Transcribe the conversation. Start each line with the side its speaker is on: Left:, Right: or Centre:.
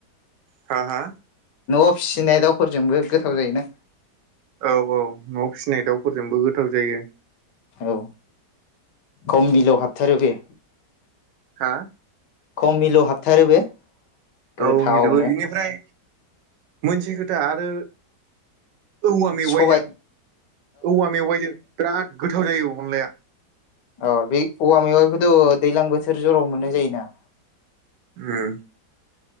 Right: हो - हो
Left: नआव फिसिनाय दाउफोरजोंबो गोथाव जायोना
Right: औ - औ नआव फिसिनाय दाउफोरजोंबो गोथाव जायो
Left: औ खम मिलौव हाबथारो बे
Right: हा
Left: खम मिलौ हाबथारो बे। गोथावनो
Right: औ मिलौ यिनिफ्राय। मोनसे खोथा आरो औवा मेवाइजों
Left: सबाय
Right: औवा मेवाइजों बिराद गोथाव जायो अनलाया
Left: अ बे औवा मेवाखौथ दैज्लां बोथोर जराव मोननाय जायोना
Right: ओम